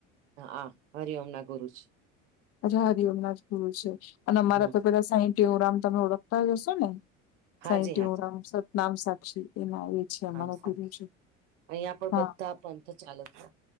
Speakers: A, on the right; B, on the left.
A: હા આ હરી ઓમ ના ગુરુજ
B: અચ્છા હરિ ઓમનાથ ગુરુ છે અને અમારા
A: હા
B: તો પેલા સાંઈ ટેવરામ તમે ઓળખતા જ હશો ને
A: હાજી
B: સાઈ ટેવરામ
A: હાજી
B: સતનામ સાક્ષી એના એ છે અમારો
A: નામ સાખી
B: ગુરુ છે
A: અહિયાં પણ
B: હા
A: બધા પંથ ચાલે છે